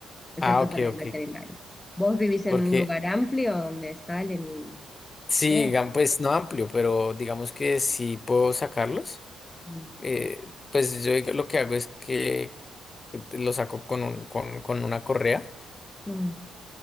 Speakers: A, on the left; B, on the left.
A: excepto
B: Ah, ok,
A: para el
B: ok.
A: veterinario. ¿Vos vivís
B: Porque
A: en un lugar amplio donde salen y
B: sí,
A: pasean?
B: digam- pues no amplio, pero digamos que si puedo sacarlos,
A: Mm.
B: eh, pues yo lo que hago es que que te- los saco con, un- con, con una correa
A: Mm.